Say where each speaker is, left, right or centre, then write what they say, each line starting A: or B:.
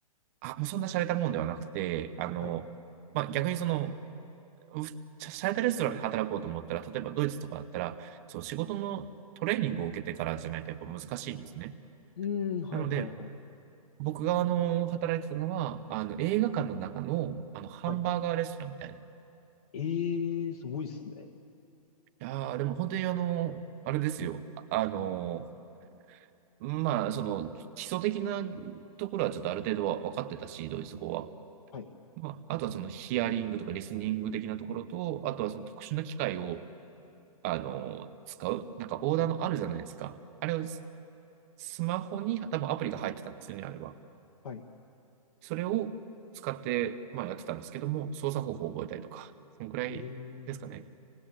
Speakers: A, on the right (about 25°); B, on the left (about 70°).
A: あ、もうそんな洒落たもんではなくて、あの、
B: はい。
A: まあ、逆にその、う洒落たレストランで働こうと思ったら、例えばドイツとかだったら、そう、仕事のトレーニングを受けてからじゃないとやっぱ難しいんですね。
B: うーん、はい、
A: なので、
B: はい、はい。
A: 僕があの、働いてたのは、あの、映画館の中の、あの、ハンバーガーレストランみたいな。
B: はい。
A: い
B: ええー、すごいっすね。
A: やー、でも本当にあの、あれですよ。ああのまあ、その基礎的なところはちょっとある程度は分かってたし、ドイツ語は。
B: はい、
A: まあ、あとはそのヒアリングとかリスニング的なところと、あとはその特殊な機械を、あの、使う。なんかオーダーのあるじゃないですか。
B: はい、
A: あれをススマホに多分アプリが入ってたんですよね、あれは。
B: はい。
A: それを使って、まあやってたんですけども、操作方法を覚えたりとか、そのくらいですかね。
B: ええー。